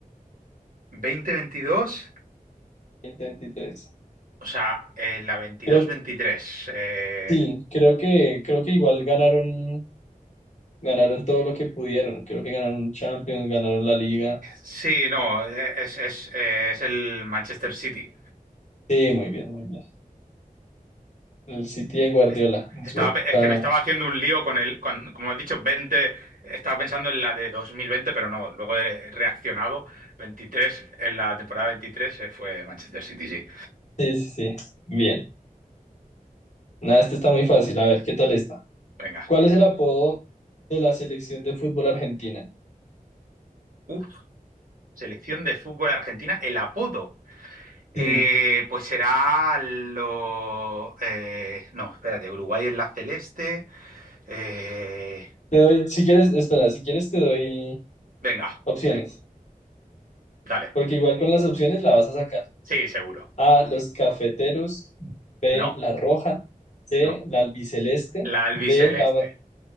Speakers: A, on the right (about 70°); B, on the left (about 50°).
A: Veinte veintidós,
B: veintitrés. dos mil veintitrés.
A: o sea, en la veintidós
B: Creo,
A: veintitrés. eh,
B: sí, creo que, creo que igual ganaron Ganaron todo lo que pudieron. Creo que ganaron Champions, ganaron la Liga.
A: sí, no, eh, es, es, eh, es el Manchester City.
B: Sí, muy bien, muy bien. El City de Guardiola
A: Es-
B: en
A: Estaba,
B: su época.
A: pe- es que me estaba haciendo un lío con el, con- como has dicho, veinte estaba pensando en la de 2020, pero no, luego he reaccionado. veintitrés en la temporada veintitrés se fue Manchester City, sí.
B: Sí, sí, sí. Bien. Nada, este está muy fácil. A ver, ¿qué tal está?
A: Venga.
B: ¿Cuál es el apodo de la selección de fútbol argentina?
A: Uf, selección de fútbol argentina, el apodo. Eh,
B: Sí.
A: pues será lo... eh, no, espérate, Uruguay en la celeste. Eh,
B: Te doy, si quieres, espera, si quieres te doy
A: venga,
B: opciones.
A: dale.
B: Porque igual con las opciones la vas a sacar.
A: Sí, seguro.
B: A, los cafeteros. B,
A: No,
B: la roja. C,
A: no.
B: la albiceleste.
A: La albiceleste.
B: D, la...